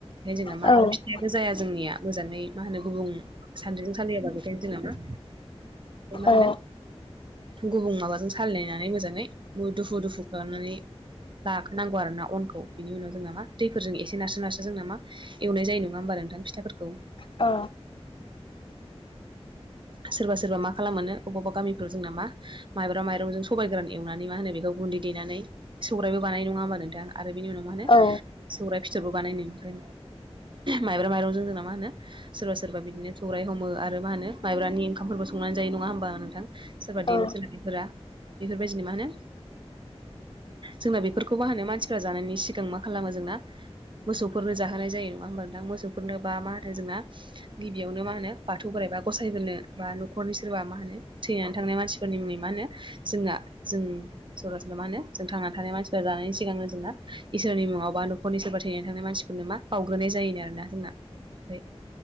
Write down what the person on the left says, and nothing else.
औ
औ
अ
औ
औ